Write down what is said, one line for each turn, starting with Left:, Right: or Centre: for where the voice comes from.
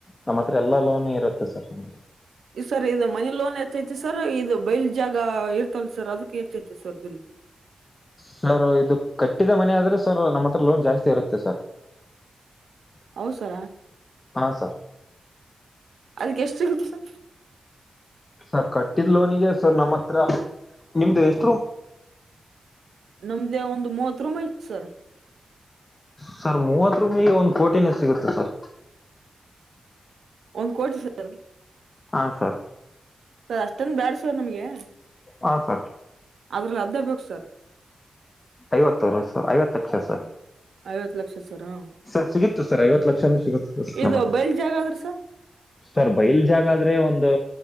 Left: ನಮ್ಮ ಹತ್ರ ಎಲ್ಲಾ ಲೋನ್ ಇರುತ್ತೆ ಸರ್ ನಮಗೆ
Right: ಈ ಸರ್ ಇದು ಮನಿ ಲೋನ್ ಹೆಚ್ ೈತಿ ಸರ್ ಇದು ಬೈಲ್ ಜಾಗ ಇರ್ತಲ್ ಸರ್ ಅದಕ್ಕೆ ಹೆಚ್ ಐತಿ ಸರ್ ಬಿಲ್
Left: ಸರ್ ಇದು ಕಟ್ಟಿದ ಮನೆ ಆದ್ರೆ ಸರ್ ನಮ್ಮ ಹತ್ರ ಲೋನ್ ಜಾಸ್ತಿ ಇರುತ್ತೆ ಸರ್ ಹ್ಮ್ <unintelligible>
Right: ಹೌ ಸರಾ
Left: ಹಾ ಸರ್
Right: ಅದಕ್ಕೆ ಎಷ್ಟು ಸಿಗುತ್ತ ಸರ
Left: ಸರ್ ಕಟ್ಟಿದ್ ಲೋನಿಗೆ ಸರ್ ನಮ್ಮತ್ರ ನಿಮ್ದು ಎಷ್ಟ
Right: ನಮ್ದೇ ಒಂದು್ ಮೂವತ್ ರೂಮ್ ಐತ್ ಸರ್
Left: ಸರ್ ಮೂವತ್ ರೂಮಿಗೆ ಒಂದ್ ಕೋಟಿನೇ ಸಿಗುತ್ತೆ ಸರ್
Right: ಒಂದು್ ಕೋಟಿ <unintelligible> ಸರ್
Left: ಹಾ ಸರ್
Right: ಸರ್ ಅಷ್ಟಂದು ಬ್ಯಾಡ ಸರ್ ನಮ್ಗೆ
Left: ಹಾ ಸರ್
Right: ಆದ್ರಲ್ಲಿ ಅರ್ದ ಬೇಕು ಸರ್
Left: ಐವತ್ತೂರು ಸ ಐವತ್ತು ಲಕ್ಷ ಸರ್
Right: ಐವತ್ ಲಕ್ಷ ಸರ್ ಹ
Left: ಸರ್ ಸಿಗತ್ತು ಸರ್ ಐವತ್ತು ಲಕ್ಷನ ಸಿಗುತ್ತೆ
Right: ಇದು
Left: ನಮ್
Right: ಬಯಲ್ ಜಾಗ ಆದ್ರಿ ಸರ್
Left: ಸರ್ ಬಯಲ್ ಜಾಗ ಆದ್ರೆ ಒಂದು